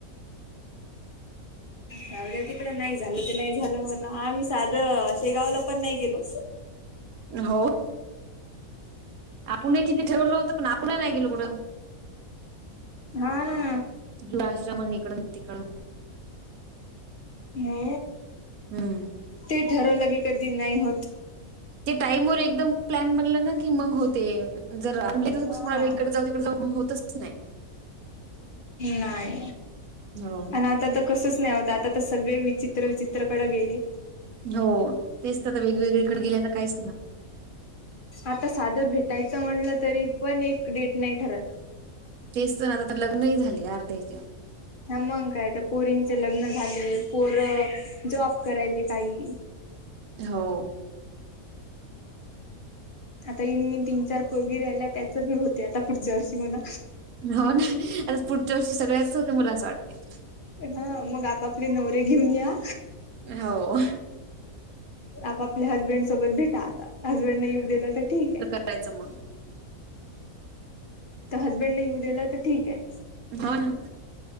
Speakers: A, on the left; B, on the right.
A: जाऊ द्या तिकडं, नाही झालं ते नाही झालं, म्हण आम्ही साधं शेगावला पण नाही गेलो
B: हो, आपुणही किती ठरवलं होतं पण आपुणही नाही गेलो कुठं
A: हा ना
B: ग्लास रमन ईकडून तिकडून
A: हो
B: हम्म
A: ते ठरवलं की कधी नाही होत.
B: ते टाईम वर एकदम प्लॅन बनलं ना की मंग होते वग. जरा <unintelligible> इकडे
A: हा
B: जाऊ, तिकडे जाऊ, होतच नाय.
A: नाई
B: हं
A: आणि आता त कसंस नाही होतं, आता त सगळे विचित्र विचित्रकडं गेले.
B: हो, तेस त अता वेगवेगळीकडे गेले आता काहीस ना.
A: आता साधं भेटायचं म्हणलं तरी पण एक डेट नाही ठरत.
B: तेस तर आता तर लग्न ही झाली अर्ध्याचे.
A: हां मंग काय तर, पोरींचे लग्न झाले, पोरं जॉब करायले काही.
B: हो
A: आता ईनमीन तीन चार पोरगी राहिल्या, त्याचं बी होतंय आता पुढच्या वर्षी म्हणा.
B: हो ना, आता पुढच्या वर्षी सगळ्यांचं होते, मला असं वाटते.
A: अं हं, मग आपापले नवरे घेऊन या.
B: हो
A: आपआपल्या हसबंड सोबत भेटा आता, हसबंडन येऊ दिलं तर ठीक ए.
B: त्याचं मन.
A: त हसबंड नई येऊ दिलं त ठीके?
B: हां ना.